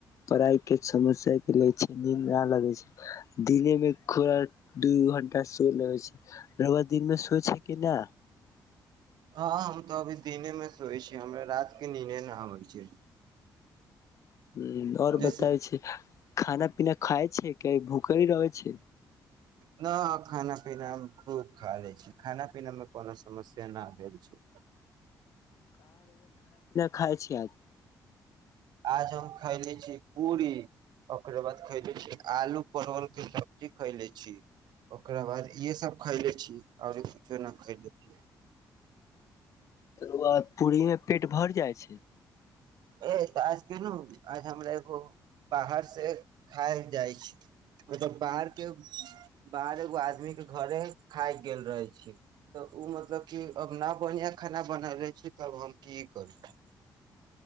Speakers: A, on the left; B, on the right.
A: पढ़ाई के समस्या ले छै नीन्द ना लगै छै दिने मे थोड़ा दू घंटा सो लगे छै राद दिन मे सो छै केना
B: हँ हम तऽ अभी दिने मे सोैए छिय हमरा रात के निने न आबै छै
A: हूँ आओर
B: जैसे
A: बताबै छै खाना पीना खाय छै की भूखरि रहै छै
B: न खाना पीना मे खूब खा लै छी खाना पीना मे कोनो समस्या न भेल छै
A: खाइ छीयै
B: आज हम खैले छी पूरी ओकरा बाद खैले छी आलू परवल के सब्जी खैले छी ओकरा बाद इहे सब खैले छी आओर कुछो नहि खैले छी
A: तै के बाद पूरी मे पेट भर जाइ छै
B: ए तऽ आज कलू आज हमरा एगो बाहरसँ खाय ल जाइ छै मतलब बाहरके बाहर एगो आदमीके घरे खाय गेल रहै छै तऽ ओ मतलब कि अब नहि बढ़िआँ खाना बना रहै छै तब हम की करब